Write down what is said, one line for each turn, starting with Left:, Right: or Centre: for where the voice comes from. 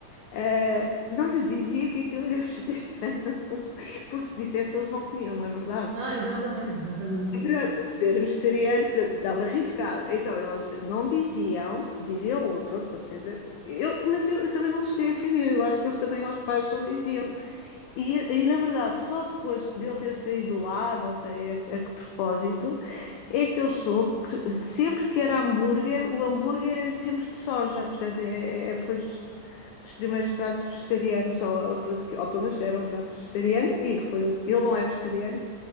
Left: eh, não lhes dizia que aquilo era <laughs> vegetariano, porque se dissesse eles não comiam, não é verdade?
Right: Ah, exatamente, exatamente.
Left: Para ser vegetariano, pronto, dava arriscado. Então elas não diziam, diziam, ou pronto, com certeza, eu, mas eu, eu também não cheguei a saber, eu acho que eles também aos pais não diziam. E, e na verdade, só depois dele ter saído lá, não sei a, a que propósito, é que eu soube que sempre que era hambúrguer, o hambúrguer era sempre de soja, portanto, é, é, é, foi dos, dos primeiros pratos vegetarianos, ou, pronto, que, ou pelo menos era um prato vegetariano, e foi, ele não é vegetariano,